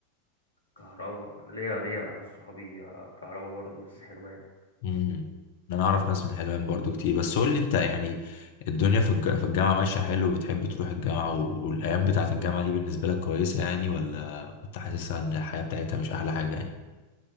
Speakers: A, on the left; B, on the left.
A: كهرباء أنا ليا ليا أنا صحابي آه، كهرباء برضو بس حلوة يعني.
B: امم انا اعرف ناس من حلوان برضو كتير بس قول لي انت يعني الدنيا في الج- في الجامعه ماشيه حلو بتحب تروح الجامعه و- والايام بتاعه الجامعه دي بالنسبه لك كويسه يعني ولا كنت حاسسها ان الحياه بتاعتها مش احلى حاجه يعني